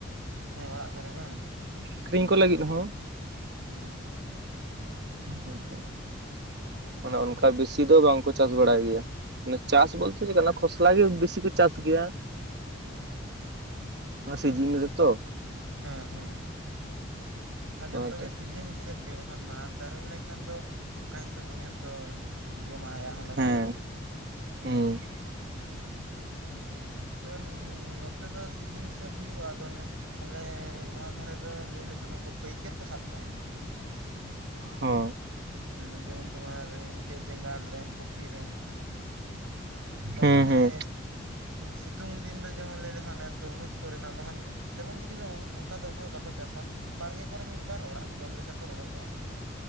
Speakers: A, on the right; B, on the right.
A: ᱦᱮᱸ ᱚᱲᱟᱜ ᱠᱚᱨᱮ ᱵᱟᱝ
B: ᱟᱠᱷᱨᱤᱧ ᱠᱚ ᱞᱟᱹᱜᱤᱫ ᱦᱚᱸ
A: ᱦᱩᱸ
B: ᱦᱮᱸ ᱜᱳᱢᱠᱮ ᱚᱱᱮ ᱚᱱᱠᱟ ᱵᱮᱥᱤ ᱫᱚ ᱵᱟᱝᱠᱚ ᱪᱟᱥ ᱵᱟᱲᱟᱭ ᱜᱮᱭᱟ ᱪᱟᱥ ᱵᱚᱞᱛᱮ ᱪᱮᱫ ᱠᱟᱱᱟ ᱠᱷᱚᱥᱞᱟ ᱜᱮ ᱵᱮᱥᱤ ᱠᱚ ᱪᱟᱥ ᱜᱮᱭᱟ
A: <unintelligible>
B: ᱚᱱᱟ ᱥᱤᱡᱤᱱ ᱨᱮ ᱛᱚ
A: ᱦᱮᱸ ᱦᱮᱸ ᱟᱨ ᱡᱚᱛᱚ
B: ᱚᱱᱟᱛᱮ
A: ᱜᱮ ᱥᱤᱡᱤᱱ ᱦᱤᱥᱟᱹᱵ ᱜᱮ ᱵᱟᱠᱷᱟᱱ ᱢᱟᱲᱟᱝ ᱛᱟᱭᱱᱚᱢ ᱞᱮᱱᱠᱷᱟᱱ ᱫᱚ ᱚᱱᱠᱟ ᱦᱤᱥᱟᱹᱵ ᱩᱱᱤ ᱦᱚᱸ ᱛᱚ ᱡᱚᱢᱟᱜ ᱟᱭᱟᱜ ᱦᱚᱸ ᱞᱟᱜᱟᱜᱼᱟ
B: ᱦᱮᱸ ᱦᱩᱸ
A: ᱡᱮᱢᱚᱱ ᱱᱚᱛᱮ ᱫᱚ ᱥᱤᱡᱤᱱ ᱦᱤᱥᱟᱹᱵ ᱦᱩᱭᱩᱜᱼᱟ ᱟᱫᱚ ᱚᱱᱮ ᱟᱞᱮ ᱱᱚᱣᱟ ᱫᱷᱟᱨᱮ ᱫᱚ ᱞᱟᱹᱭ ᱞᱮᱠᱷᱟᱱ ᱩᱱᱠᱩ ᱯᱟᱹᱭᱠᱟᱹᱨ ᱠᱚ ᱥᱟᱵ ᱛᱟᱦᱮᱸᱱᱟ
B: ᱦᱚ
A: ᱢᱟᱱᱮ ᱡᱮᱢᱚᱱ ᱛᱳᱢᱟᱨ ᱤᱭᱟᱹ ᱵᱮᱸᱜᱟᱲ ᱨᱮᱱ ᱠᱚᱯᱤ ᱨᱮᱱ <unintelligible>
B: ᱦᱩᱸ
A: ᱚᱱᱮ
B: ᱦᱩᱸ
A: ᱥᱤᱛᱩᱝ ᱫᱤᱱ ᱫᱚ ᱡᱮᱢᱚᱱ ᱞᱟᱹᱭ ᱞᱮᱠᱷᱟᱱ ᱛᱩᱨᱢᱩᱡᱽ ᱠᱚ ᱨᱮᱱᱟᱜ ᱵᱟᱜᱟᱱ ᱼᱼ ᱛᱮᱢᱚᱱ ᱠᱤᱪᱷᱩ ᱫᱚ ᱚᱱᱠᱟ ᱫᱚ ᱚᱠᱚᱭ ᱦᱚᱸ ᱵᱟᱠᱚ ᱪᱟᱥᱟ ᱾ ᱵᱟᱲᱜᱮ ᱠᱚᱨᱮ ᱢᱤᱫ ᱵᱟᱨ, ᱚᱲᱟᱜ ᱨᱮ ᱡᱚᱢ ᱞᱮᱠᱟ ᱠᱚ ᱨᱚᱦᱚᱭ ᱠᱟᱜᱼᱟ᱾